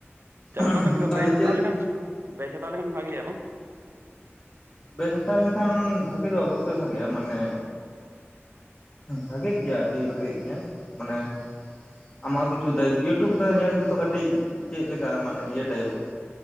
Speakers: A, on the right (about 60°); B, on the left (about 35°).
A: ᱟᱪᱪᱷᱟ
B: ᱠᱟᱜᱼᱟ
A: ᱚᱠᱟᱴᱟᱜ ᱴᱷᱤᱠ
B: ᱛᱟᱦᱚᱞᱮ
A: ᱵᱮᱪ ᱦᱟᱛᱟᱣ
B: ᱪᱮᱫ ᱞᱮᱠᱟ
A: ᱞᱮᱠᱷᱟᱱ ᱵᱮᱪ ᱦᱟᱛᱟᱣ ᱞᱮᱠᱷᱟᱱ ᱵᱷᱟᱜᱮᱭᱟ ᱵᱟᱝ
B: ᱵᱮᱥ ᱦᱟᱛᱟᱣ ᱞᱮᱱᱠᱷᱟᱱ ᱵᱷᱟᱜᱤ ᱫᱚ ᱚᱵᱚᱥᱥᱳᱭ ᱵᱷᱟᱜᱮᱭᱟ ᱢᱟᱱᱮ ᱵᱷᱟᱜᱮᱜ ᱜᱮᱭᱟ ᱟᱹᱰᱤ ᱵᱷᱟᱜᱮᱜ ᱜᱮᱭᱟ ᱢᱟᱱᱮ ᱟᱢᱟᱜ ᱠᱤᱪᱷᱩ ᱫᱟᱭ ᱤᱭᱩᱴᱩᱵᱽ ᱫᱚ ᱧᱮᱞ ᱛᱮᱫᱚ ᱠᱟᱹᱴᱤᱡ ᱪᱮᱫ ᱞᱮᱠᱟ ᱢᱟᱱᱮ ᱤᱭᱟᱹ ᱴᱟᱭᱤᱯᱚᱜᱼᱟ